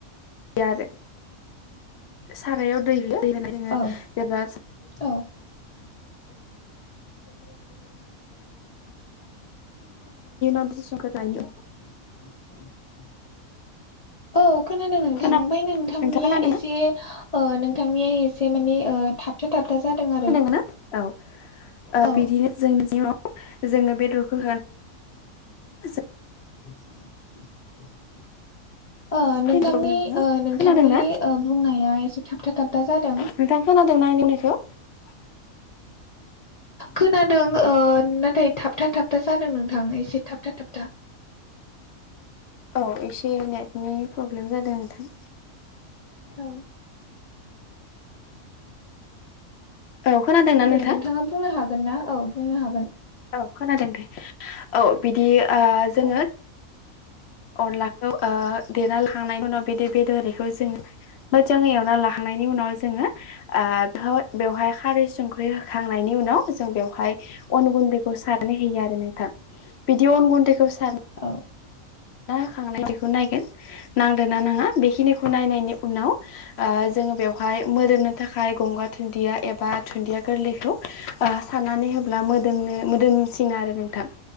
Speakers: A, on the left; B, on the left.
A: यो आरो सारायाव दै <inaudible> होयो
B: औ औ
A: आरो <inaudible>
B: <inaudible> औ खोनादों नोंथां
A: खोना
B: ओमफ्राय नोंथांनिया
A: नोंथाङा खोनादोंना
B: एसे ओ नोंथांनिया एसे माने ओ थाबथा थाबथा जादों आरो।
A: खोनादोंमोन ना औ ओ
B: औ
A: <inaudible> जोङो बेदरखौ <inaudible>
B: <inaudible> ओ नोंथांनि
A: खोनादोंना
B: ओ नोंथांनि ओ बुंनाया एसे थाबथा थाबथा जादों।
A: नोंथां खोनादोंना <unintelligible>
B: खोनादों ओ नाथाय थाबथा थाबथा जादों नोंथां एसे थाबथा थाबथा
A: औ एसे नेटनि प्रब्लेम जादों नोंथां
B: औ
A: औ खोनादोंना नोंथां?
B: दे नोंथाङा बुंनो हागोन ना औ बुंनो हागोन
A: औ खोनादों दे औ बिदि ओ जोङो
B: औ
A: अनलाखौ ओ देना लांखांनायनि उनाव बेदि बेदरओरिखौ जों मोदजाङै एवना लाखांनायनि उनाव जोङो ओ हो बेवहाय खारै संख्रि होखांनायनि नि उनाव जों बेवहाय अन गुन्दैखौ सारनै होयो आरो नोंथां। बिदि अन गुन्दैखौ सार
B: औ <inaudible>
A: खांना बेखौ नायगोन नांदोंना नाङा बेखिनिखौ नायनायनि उनाव ओ जों बेवहा हाय मोदोमनो थाखाय गंगा दुन्दिया एबा धुन्दिया गोरलैखौ ओ साननानै होब्ला मोदो नो मोदोमसिना आरो नोंथां